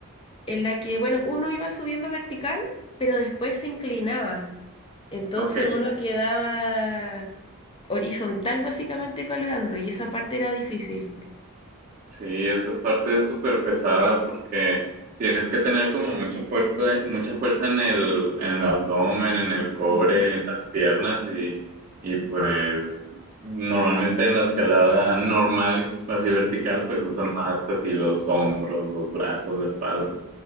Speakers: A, on the left (about 25°); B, on the right (about 35°).
A: en la que, bueno, uno iba subiendo vertical, pero después se inclinaba. Entonces
B: ok.
A: uno quedaba horizontal básicamente colgando y esa parte era difícil.
B: Sí, esa parte es súper pesada porque tienes que tener como mucha fuerza, mucha fuerza en el, en el abdomen, en el core,
A: Ujú,
B: en las piernas y, y pues normalmente en la escalada normal, así vertical,
A: ujú.
B: pues usas más así los hombros, los brazos, la espalda.